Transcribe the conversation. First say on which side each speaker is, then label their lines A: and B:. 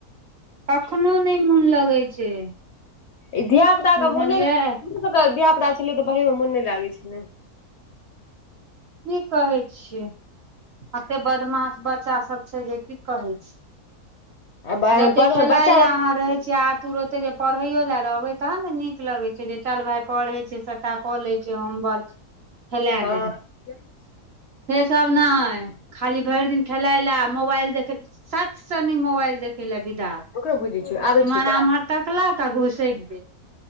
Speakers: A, on the right; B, on the left.
A: कखनो नै मुन लगै छै
B: ई धिया पुताके
A: बुझलियै
B: मुने ने <unintelligible> धिया पुता छलियै तऽ पढ़ै मे मुन नै लागै छलै।
A: की कहे छियै <inaudible> एते बदमाश बच्चा सब छै जे की कहै छी
B: आ
A: जते
B: पढ़
A: खेलाय
B: बच्चा
A: ले अहाँ रहै छीयै आ तुर ओते जे पढ़ैयो लए रहबै तहन न नीक लगै छै जे चल भाय पढ़ै छै सबटा कऽ लै छै होमवर्क <unintelligible>
B: हँ
A: दही
B: <unintelligible>
A: से सब नै खाली भैर दिन खेलाय लए आ मोबाइल देखे सत सन ई मोबाइल देखै लऽ विदा
B: ओकरो बुझै छियौ आबै
A: इम्हर
B: छियौ तोरा
A: आम्हर तकलक आ घुसैक गेल